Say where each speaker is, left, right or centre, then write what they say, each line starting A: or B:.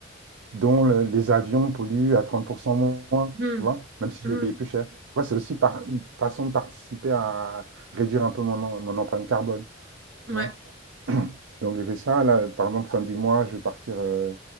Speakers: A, on the right; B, on the right.
A: dont le- les avions polluent à 30% moins,
B: Mhm.
A: tu vois, même si
B: Mhm.
A: je vais payer plus cher. Tu vois, c'est aussi par, une façon de participer à réduire un peu mon, en- mon empreinte carbone, tu
B: Ouais.
A: vois. Donc je fais ça, là, par exemple, fin du mois, je vais partir, euh,